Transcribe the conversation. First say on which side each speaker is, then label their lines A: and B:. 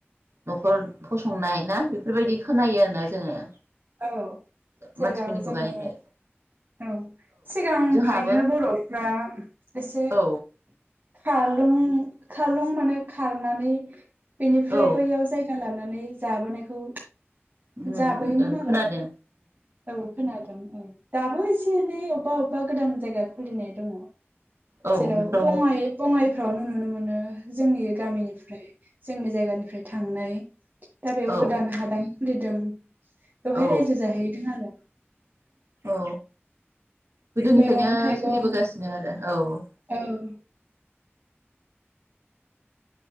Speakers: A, on the right (about 85°); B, on the right (about 50°).
A: नखर फसंनाय ना बेफोरबायदि खोनायो आरोना जोङो।
B: औ जेराव
A: मानसिफोरनि
B: जोङो
A: खुगानिफ्राय
B: औ सिगांनिफ्रायनो
A: जोंहाबो
B: बर'फ्रा एसे
A: औ
B: खारलुं खारलुं माने खारनानै बेनिफ्राय
A: औ
B: बैयाव जाय गा लानानै जाबोनायखौ
A: नुनो
B: जाबोयोमोन
A: मोनदों।
B: आरो
A: खोनादों
B: औ खोनादों औ दाबो एसे एनै अबा बबेबा गोदान जायगा खुलिनाय दङ
A: औ
B: जेराव
A: बेफ्राव
B: बङाइ
A: औ
B: बङाइ फ्रावनो नुनो मोनो जोंनि गामिनिफ्राय जोंनि जायगानिफ्राय थांनाय दा बेयाव
A: औ
B: गोदान हादान खुलिदों। बेवहाय
A: औ
B: रायजो जाहैदों आरो
A: औ गोदोनिफ्रायनो
B: मैगं थाइगं
A: सोलिबोगासिनो आरो औ औ
B: औ